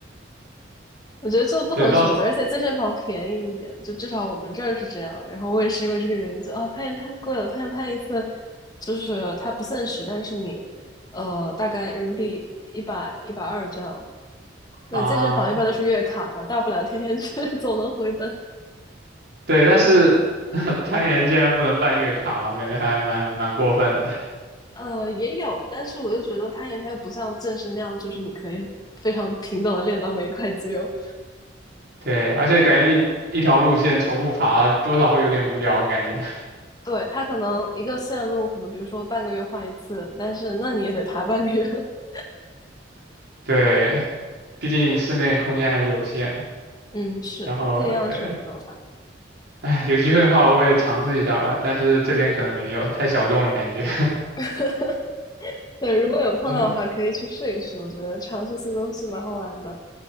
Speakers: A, on the left; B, on the right.
A: 我觉得做不同的选择，
B: 对，到
A: 而且健身房便宜一点，就至少我们这儿是这样。然后我也是因为这个原因，就啊，攀岩太贵了，攀岩攀一次就是它不限时，但是你呃大概人民币一百一百二这样。那健身房一般都是月卡嘛，
B: 啊。
A: 大不了天天去，<laughs> 总能回本。
B: 对，但是 <laughs> 攀岩竟然不能办月卡嘛，感觉还蛮蛮过分的。
A: 呃，也有，但是我又觉得攀岩它又不像健身那样，就是你可以非常平等的练到每一块肌肉。
B: 对，而且感觉你一条路线重复爬，多少会有点无聊感觉。
A: 对，它可能一个线路，可能比如说半个月换一次，但是那你也得爬半个月。<laughs>
B: <laughs> 对，毕竟室内空间还是有限。
A: 嗯，是不一样的选择吧。
B: 然后对，哎，有机会的话我也尝试一下吧，但是这边可能没有，太小众了感觉。
A: <laughs> 对，如果有碰到的话，
B: <laughs> 对
A: 可以去试一试。我觉得尝试新东西蛮好玩的。